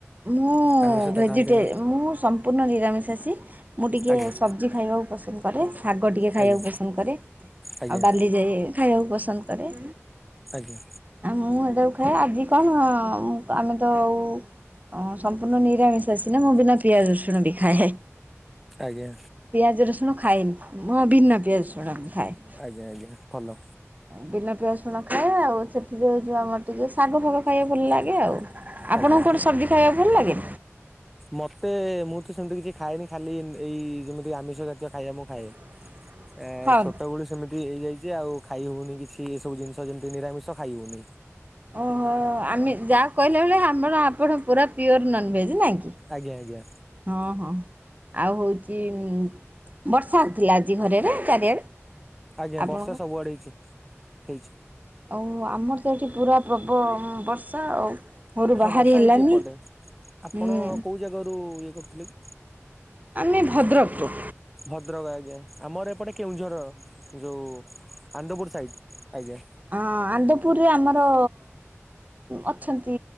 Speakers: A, on the right (about 35°); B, in the centre.
A: ମୁଁ
B: ଆମିଷ
A: ଭେଜିଟେ
B: ତ ଖାଆନ୍ତିନି?
A: ମୁଁ ସମ୍ପୂର୍ଣ ନିରାମିଷାଷୀ ମୁଁ ଟିକିଏ
B: ଆଜ୍ଞା
A: ସବଜି ଖାଇବାକୁ ପସନ୍ଦ କରେ ଶାଗ ଟିକିଏ ଖାଇବାକୁ
B: ଆଜ୍ଞା
A: ପସନ୍ଦ କରେ ଆଉ
B: ଆଜ୍ଞା
A: ଡାଲି ଯଏ ଖାଇବାକୁ ପସନ୍ଦ କରେ।
B: ଆଜ୍ଞା।
A: ଆ ମୁଁ ଏଟାକୁ ଖାଏ ମୁଁ ଆଜି କଣ ଆମେତ ଆଉ। ଓଁ ସମ୍ପୂର୍ଣ୍ଣ ନିରାମିଷ ସିିନା ମୁଁ ବିନା ପିଆଜ ରସୁଣ ବି ଖାଏ।
B: ଆଜ୍ଞା।
A: ପିଆଜ ରସୁଣ ଖାଏନି ମୁଁ ବିନା ପିଆଜ ରସୁଣ ଖାଏ।
B: ଆଜ୍ଞା ଆଜ୍ଞା ଭଲ।
A: ବିନା ପିଆ ରସୁଣ ଖାଏ ଆଉ ସେଥିରେ ଜଉ ଆମର ଟିକେ ଶାଗଫାଗ ଖାଇବା ଭଲ ଲାଗେ ଆଉ। ଆପଣଙ୍କୁ
B: ଆଜ୍ଞା।
A: କଣ ସବଜି ଖାଇବାକୁ ଭଲ ଲାଗେ?
B: ମତେ ମୁଁ ତ ସେମିତି କିଛି ଖାଏନି ଖାଲି ଇନ୍ଦ ଏଇ ଯେମିତି ଆମିଷ ଜାତୀୟ ଖାଇବା ମୁଁ ଖାଏ।
A: <inaudible>
B: ଏ
A: ହଁ।
B: ଛୋଟବେଲୁ ସେମି ହେଇଯାଇଚି ଆଉ ଖାଇହଉନି କିଛି ଏସବୁ ଜିନିଷ ଯେମିତି ନିରାମିଷ ଖାଇହଉନି।
A: ଓହୋ ଆମେ ଯାହା କହିଲା <unintelligible> ଆପଣ ପୁରା ପିଓର ନନଭେଜ୍ ନାଇଁ କି।
B: ଆଜ୍ଞା ଆଜ୍ଞା।
A: ହଁ ହଁ ଆଉ ହଉଚି ଉଁ ବର୍ଷା ହେଉଥିଲା ଆଜି ଘରେରେ ଚାରିଆଡ଼େ।
B: ଆଜ୍ଞା
A: ଆପଣଙ୍କ
B: ବର୍ଷା ସବୁଆଡେ ହେଇଛି ହେଇଛି।
A: ଆଉ ଆମର ତ ଏଠି ପୁରା ପ୍ରବ ବର୍ଷା ଆଉ। ଘରୁ
B: ହଁ
A: ବାହାରି
B: ବର୍ଷା
A: ହେଲାନି।
B: ହେଇଚି ଏପଟେ ଆପଣ
A: ହୁଁ
B: କଉଁ ଜାଗାରୁ ଇଏ କରୁଥିଲେ କି?
A: ଆମେ ଭଦ୍ରକରୁ।
B: ଭଦ୍ରକ ଆଜ୍ଞା ଆମର ଏପଟେ କେଉଁଝର ଯେଉ ଆନ୍ଦପୁର ସାଇଡ଼୍ ଆଜ୍ଞା।
A: ହଁ ଆନ୍ଦପୁରରେ ଆମର। ଅଛନ୍ତି